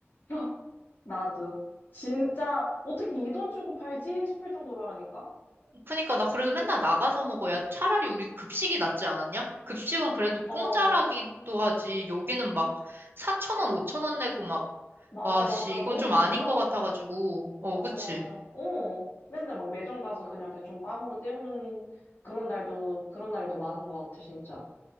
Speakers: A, on the left (about 50°); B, on the right (about 50°).
A: 헉, 나도. 진짜, 어떻게 이 돈 주고 팔지? 싶을 정도라니까?
B: 그니까 나 그래서 맨날 나가서 먹어. 야, 차라리 우리 급식이 낫지 않았냐? 급식은 그래도
A: 어,
B: 공짜라기도 하지. 여기는 막 4천원, 5천원 내고 막,
A: 맞아,
B: 와,
A: 맞아.
B: 씨, 이건
A: 너무
B: 좀
A: 비싸.
B: 아닌 것 같아가지고. 어,
A: 맞아,
B: 그치?
A: 맞아. 어, 맨날 막 매점 가서 그냥 대충 빵으로 때우는 그런 날도, 그런 날이 더 많은 것 같아, 진짜.